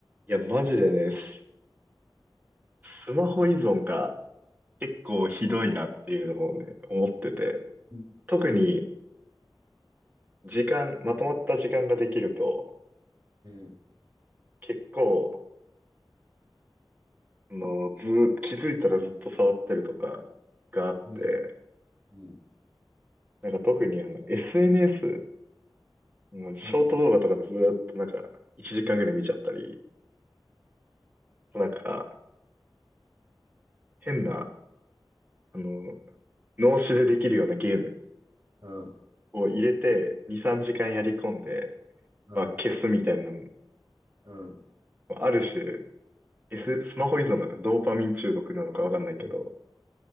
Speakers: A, on the right; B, on the right.
A: いや、マジでね、ススマホ依存が結構ひどいなっていうのをね、思ってて、
B: うん
A: 特に時間、まとまった時間ができると、
B: うん
A: 結構、あの、ずーっと、気づいたらずっと触ってるとかがあって、
B: うんうん
A: なんか特にあの、SNS のショート動画とかずーっとなんか、
B: うん
A: 1時間ぐらい見ちゃったり、
B: うん
A: なんか、変な、あの、脳死でできるようなゲーム
B: うんうん
A: を入れて、2、3時間やり込んで、
B: うん
A: まあ、消すみたいな
B: うん
A: ある種、S、スマホ依存なのか、ドーパミン中毒なのかわかんないけど、
B: うん